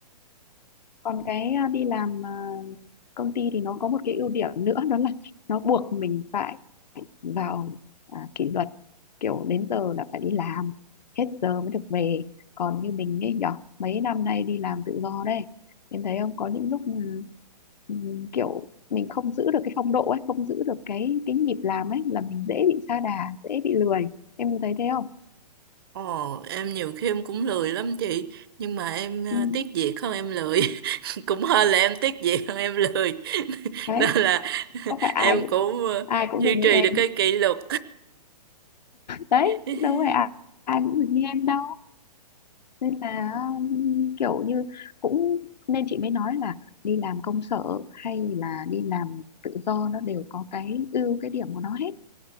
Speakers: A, on the left; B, on the right.
A: còn cái à, đi làm à, công ty thì nó có một cái ưu điểm nữa đó là nó buộc mình phải vào à, kỷ luật kiểu đến giờ là phải đi làm hết giờ mới được về còn như mình ấy nhở mấy năm nay đi làm tự do đây em thấy không có những lúc ừ, ừ, kiểu mình không giữ được cái phong độ ấy không giữ được cái cái nhịp làm ấy là mình dễ bị sa đà dễ bị lười em có thấy thế không
B: ồ em nhiều khi em cũng lười lắm chị nhưng mà em ờ,
A: ừ.
B: tiếc việc hơn em lười <laughs> cũng hơn là em tiếc việc hơn em lười <laughs>
A: đấy
B: nên là <laughs>
A: có phải ai
B: em cũng ờ,
A: ai cũng
B: duy
A: được như
B: trì
A: em
B: được cái kỷ luật
A: đấy
B: <laughs>
A: đâu phải ai, ai cũng được như em đâu nên là kiểu như cũng nên chị mới nói là đi làm công sở hay là đi làm tự do nó đều có cái ưu cái điểm của nó hết